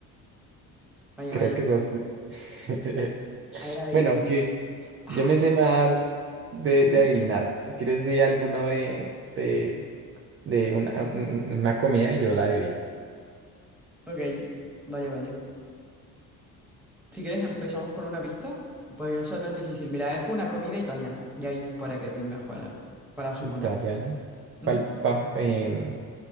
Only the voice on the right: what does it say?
Creo
que es así. <laughs>
Bueno, aunque
yo me sé más de,
de adivinar. Si quieres, di alguno de, de de una, una comida y yo la adivino.
Italiana.
Pal, pan, em,